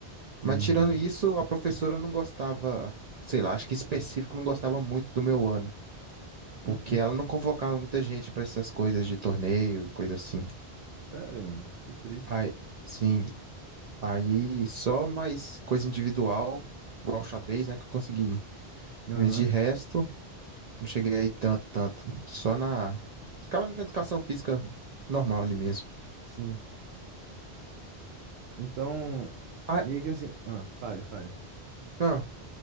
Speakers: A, on the right (about 45°); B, on the right (about 75°).
A: Mas
B: Uhum.
A: tirando isso, a professora não gostava, sei lá, acho que específico não gostava muito do meu ano, porque
B: Uhum.
A: ela não convocava muita gente pra essas coisas de torneio, coisa assim.
B: Sério, mano? Que triste.
A: Aí, sim, aí só mais coisa individual, igual xadrez, né, que eu consegui. ir.
B: Aham,
A: Mas de resto, Não cheguei aí tanto, tanto. Só na. Ficava na educação física normal ali mesmo.
B: sim. Então,
A: Ah,
B: meio que assim. Ah, fale, fale.
A: não,